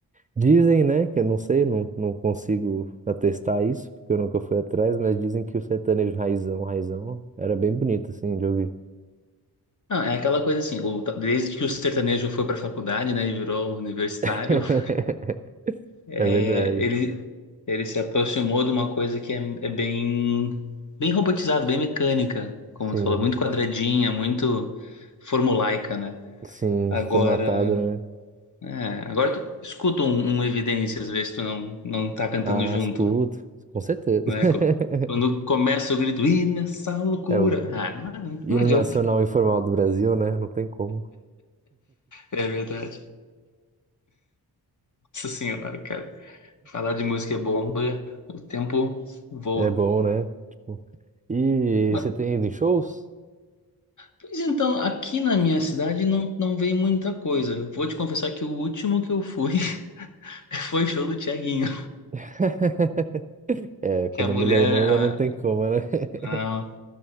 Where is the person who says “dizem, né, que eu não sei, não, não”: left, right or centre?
Right